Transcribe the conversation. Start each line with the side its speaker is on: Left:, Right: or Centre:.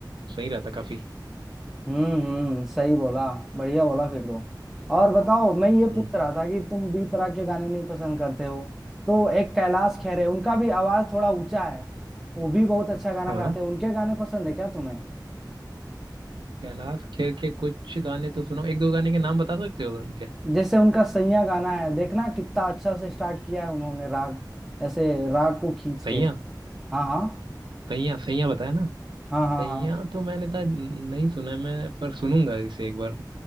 Right: सही रहता काफी
Centre: हम्म हम्म सही बोला बढ़िया बोला फिर तो और बताओ मैं ये
Right: हम्म
Centre: पूछ रहा था कि तुम बी प्राक के गाने नहीं पसंद करते हो तो एक कैलाश खेर है उनका भी आवाज थोड़ा ऊंचा है वो भी बहुत अच्छा गाना
Right: हाँ
Centre: गाते हैं उनके गाने पसंद है क्या तुम्हें
Right: कैलाश खेर के कुछ गाने तो सुनो एक दो गाने के नाम बता सकते हो उनके
Centre: जैसे उनका सैया गाना है देखना कितना अच्छा से स्टार्ट किया है उन्होंने राग ऐसे राग को खींच
Right: सैया
Centre: के हाँ हाँ
Right: सैया सैया बताया ना
Centre: हाँ हाँ
Right: सैया
Centre: हाँ
Right: तो मैंने शायद नहीं सुना है मैं पर सुनूंगा इसे एक बार